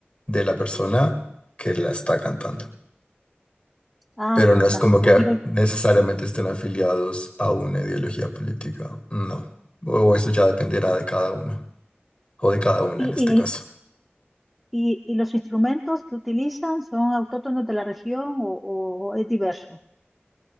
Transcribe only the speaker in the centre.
Ah,
fantástico.
¿Y los,
y,
y,
y, y los instrumentos que utilizan son autóctonos de la región o o es diverso?